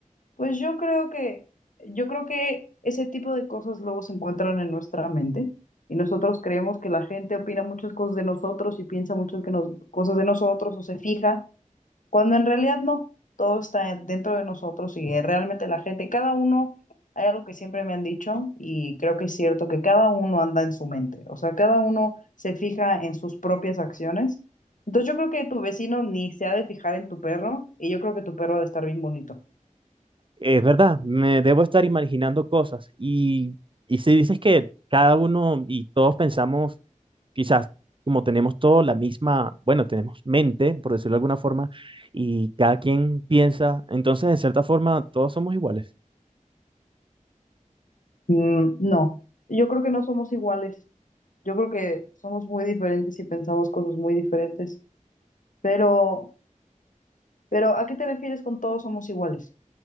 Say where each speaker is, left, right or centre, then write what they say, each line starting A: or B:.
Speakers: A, on the left (about 70°); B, on the right (about 40°).
A: pues yo creo que, yo creo que ese tipo de cosas luego se encuentran en nuestra mente y nosotros creemos que la gente opina muchas cosas de nosotros y piensa muchas que nos- cosas de nosotros o se fija Cuando en realidad no, todo está dentro de nosotros y eh, realmente la gente, cada uno, hay algo que siempre me han dicho y creo que es cierto que cada uno anda en su mente, o sea, cada uno se fija en sus propias acciones. Entonces yo creo que tu vecino ni se ha de fijar en tu perro y yo creo que tu perro ha de estar bien bonito.
B: Es verdad, me debo estar imaginando cosas. Y, y si dices que cada uno y todos pensamos, quizás como tenemos todos la misma, bueno, tenemos mente, por decirlo de alguna forma, y cada quien piensa, entonces de cierta forma todos somos iguales.
A: Mm, no, yo creo que no somos iguales, yo creo que somos muy diferentes y pensamos cosas muy diferentes, pero, pero ¿a qué te refieres con todos somos iguales?